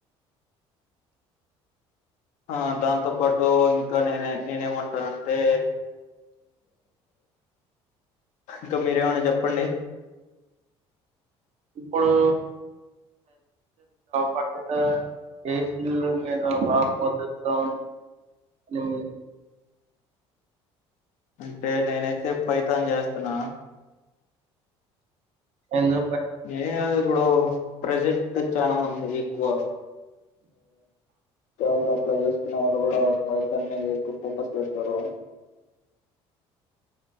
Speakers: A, on the left; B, on the right.
A: ఆ దాంతో పాటు ఇంకా నేనే నేనే ఏమంటానంటే ఇంకా మీరేమనా చెప్పండి
B: ఇప్పుడు పాట్ ఏసిల్లు మీద బాగా పొదుస్తాం అని
A: అంటే నేనైతే ఫైతాన్ చేస్తున్నా
B: ఎందు
A: ఏ అది ఇప్పుడు ప్రజెంట్ చాలా మంది కువ జోగ్రాఫ్ చేస్తున్న వాళ్ళు కూడా పైథాన్ మీద ఎక్కువ ఫోకస్ పెడతారు